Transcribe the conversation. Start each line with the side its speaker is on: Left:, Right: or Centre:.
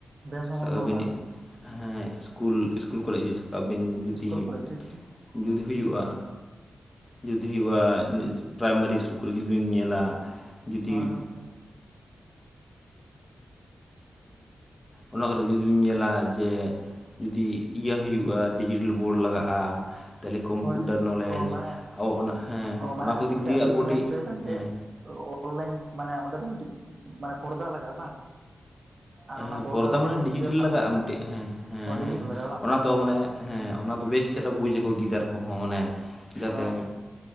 Right: ᱵᱮᱥ ᱦᱚᱸᱵᱚᱱ
Left: ᱥᱟᱨ
Right: ᱵᱮᱵᱚᱦᱟᱨᱟ
Left: ᱟᱵᱤᱱᱤ ᱦᱮᱸ ᱤᱥᱠᱩᱞ ᱤᱥᱠᱩᱞ ᱠᱚᱨᱮᱼᱼ ᱟᱵᱮᱱ ᱡᱩᱫᱤᱼᱼ
Right: ᱤᱥᱠᱩᱞ ᱠᱚᱨᱮ ᱴᱷᱤᱠ ᱴᱷᱤᱠ
Left: ᱡᱩᱫᱤ ᱦᱩᱭᱩᱜᱼᱟ ᱡᱩᱫᱤ ᱵᱟ ᱱᱤᱨ ᱯᱨᱟᱭᱢᱟᱨᱤ ᱤᱥᱠᱩᱞ ᱠᱚᱨᱮ ᱡᱩᱫᱤ ᱵᱤᱱ ᱧᱮᱞᱟ, ᱡᱩᱫᱤ
Right: ᱦᱳᱭ ᱜᱚᱝᱠᱮ᱾
Left: ᱚᱱᱟ ᱠᱚᱨᱮ ᱡᱩᱫᱤ ᱧᱮᱞᱟ ᱡᱮᱼᱼ ᱡᱩᱫᱤ ᱤᱭᱟᱹ ᱦᱩᱭᱩᱜᱼᱟ ᱰᱤᱡᱤᱴᱮᱞ ᱵᱳᱰ ᱞᱟᱜᱟᱜᱼᱟ᱾ ᱛᱟᱦᱚᱞᱮ ᱠᱚᱢᱯᱤᱭᱩᱴᱟᱨ
Right: ᱦᱳᱭ
Left: ᱱᱚᱞᱮᱡᱽ
Right: ᱚ ᱢᱟᱱᱮ
Left: ᱟᱵᱚ ᱚᱱᱟ ᱦᱮᱸ
Right: ᱚ ᱢᱟᱱᱮ
Left: ᱚᱱᱟ ᱠᱚ
Right: ᱜᱚᱝᱠᱮ
Left: ᱫᱤᱠ ᱫᱤᱭᱮ
Right: ᱟᱵᱮᱱ
Left: ᱟᱵᱚᱴᱤᱡ
Right: ᱵᱮᱱ ᱢᱮᱱ ᱦᱚᱪᱚᱭᱮᱫᱟ ᱡᱮ
Left: ᱦᱮᱸ
Right: ᱚᱱᱞᱟᱭᱤᱱ ᱢᱟᱱᱮ ᱚᱸᱰᱮ ᱫᱚ ᱢᱤᱫᱴᱤᱡ ᱢᱟᱱᱮ ᱯᱚᱨᱫᱟ ᱞᱟᱜᱟᱜᱼᱟ ᱵᱟᱝ? ᱟᱨ
Left: ᱦᱮᱸ
Right: ᱚᱱᱟ ᱯᱚᱨᱫᱟ
Left: ᱯᱚᱨᱚᱛᱟᱢ
Right: ᱛᱮ
Left: ᱢᱟᱱᱮ ᱰᱤᱡᱤᱴᱮᱞ
Right: ᱜᱤᱫᱟᱹᱨ ᱯᱟᱲᱦᱟᱣ
Left: ᱞᱟᱜᱟᱜᱼᱟ ᱢᱤᱫᱴᱮᱡ ᱦᱮᱸ ᱦᱮᱸ
Right: ᱰᱤᱡᱤᱴ
Left: ᱦᱮᱸ
Right: ᱞᱟᱜᱟᱜᱼᱟ ᱵᱟᱝ
Left: ᱚᱱᱟ ᱛᱚ ᱢᱟᱱᱮ ᱦᱮᱸ ᱚᱱᱟᱫᱚ ᱵᱮᱥ ᱪᱮᱦᱨᱟ ᱵᱩᱡ ᱟᱠᱚ ᱜᱤᱫᱟᱹᱨ ᱠᱚᱦᱚᱸ ᱢᱟᱱᱮ ᱡᱟᱛᱮ
Right: ᱚ